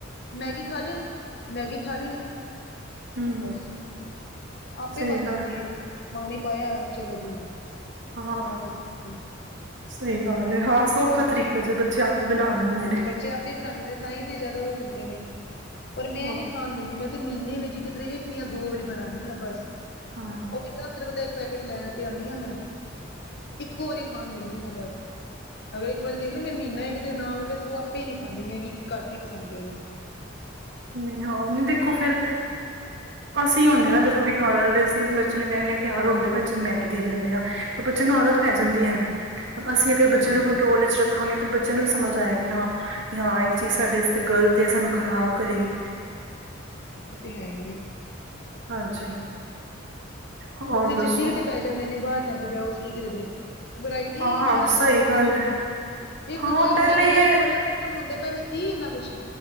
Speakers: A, on the left; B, on the right.
A: ਮੈਗੀ ਖਾਲੇ, ਮੈਗੀ ਖਾਨੀ
B: ਹੂੰ।
A: ਬਸ, ਆਪੇ
B: ਸਹੀ
A: ਬਣ ਜਾਂਦੀ
B: ਗੱਲ
A: ਏ, ਪਾਣੀ ਪਾਇਆ ਚਲੋ ਵੀ
B: ਹਾਂ,
A: ਚਾਹ ਪੀਤੀ।
B: ਸਹੀ ਗੱਲ ਏ ਹਾਂ ਸੌਖਾ ਤਰੀਕਾ
A: ਹੂੰ।
B: ਜੇ ਬੱਚੇ ਆਪੇ ਬਣਾ ਲੈਂਦੇ
A: ਹਾਂ
B: ਨੇ।
A: ਬੱਚੇ ਆਪੇ ਬਣਾ ਲੈਂਦੇ, ਤਾਂ ਹੀ ਤੇ ਜਾਦਾ ਓ ਕਰਦੇ ਨੇ ਪਰ ਮੈਂ
B: ਹੋਰ
A: ਨੀ ਖਾਣ ਦਿੰਦੀ। ਮੈਂ ਤੇ ਮਹੀਨੇ ਵਿੱਚ ਕਿਧਰੇ ਇੱਕ ਜਾਂ ਦੋ ਵਾਰੀ ਬਣਾਂਨੀ ਆਂ ਬਸ,
B: ਹਾਂ।
A: ਉਹ ਵੀ ਦਸ ਰੁਪਏ ਦਾ ਇੱਕ ਪੈ ਲੈ ਕੇ ਆਨੀ ਆ ਮੈਂ ਇੱਕੋ ਵਾਰੀ ਖਾਣ ਦਿੰਨੀ ਆ ਮੈਂ ਬਸ ਇੱਕ ਵਾਰੀ ਦੇਖ ਲਿਆ ਮੈਂ ਮਹੀਨਾ ਨਾਲ ਓਦੇ ਸੀ ਇੱਕ ਨਾ ਵੈਸ ਉਹ ਆਪੇ ਹੀ ਨੀ ਖਾਂਦੀ ਮੈਗੀ ਘਟ ਹੀ ਪਸਦ ਉਹਨੂੰ।
B: ਨਈ ਹਾਂ ਨਈ ਦੇਖੋ ਫੇਰ ਅਸੀ ਹੋਨੇ ਆ ਨਾ ਦੇਖੋ ਵਿਗਾਰਡਨ ਵਾਲੇ ਅਸੀਂ ਉਸ ਬੱਚੇ ਨੂੰ ਕੇਂਨੈ ਆ ਕਿ ਰੌਂਦੇ ਪਏ ਨੇ ਚਲ ਮੈਗੀ ਦੇ ਦਿੰਨੇ ਆਂ। ਬੱਚੇ ਨੂੰ ਆਦਤ ਪੈ ਜਾਂਦੀ ਐਵੇ, ਹੁਣ ਅਸੀਂ ਅਗਰ ਬੱਚੇ
A: ਹਾਂ ਹਾਂ
B: ਨੂੰ ਕੰਟਰੋਲ ਵਿੱਚ ਰੱ ਰਖਾਂਗੇ ਫਿਰ ਬੱਚੇ ਨੂੰ ਵੀ ਸਮਝ ਆਏਗੀ ਹਾਂ ਕਿ ਹਾਂ ਇੱਕ ਚੀਜ਼ ਸਾਡੇ ਵਾਸਤੇ ਗਲ ਤੇ ਸਾਨੂੰ ਖ਼ਰਾਬ ਕਰੇਗੀ।
A: ਹਮ ਇਹ ਤੇ ਹੈ ਹੀ ਆ।
B: ਹਾਂਜੀ। ਹੋਰ
A: ਬੱਚੇ
B: ਦੱਸੋ
A: ਜਿੱਦੀ ਵੀ ਤੇ ਪੈ ਜਾਂਦੇ ਨੇ ਬਾਹਰ ਕੇ ਜਾਓ ਸਹੀ ਕਿਦਰੇ ਵਰਾਇਟੀਆਂ
B: ਹਾਂ
A: ਹੀ ਇੰਨੀਆਂ ਅੱਜ-ਕੱਲ
B: ਸਹੀ
A: ਤੁਸੀਂ
B: ਗੱਲ
A: ਵੇਖੋ,
B: ਹੈ
A: ਇੱਕ
B: ਹਾਂ
A: ਤੋਂ ਇੱਕ
B: ਪਹਿਲੇ
A: ਮੈਂ ਕਹਿੰਨੀ ਹਾਂ ਤਾਂ ਹੁਨ ਤੋਂ ਪਹਿਲੇ ਸੀ ਇੰਨਾ ਕੁਛ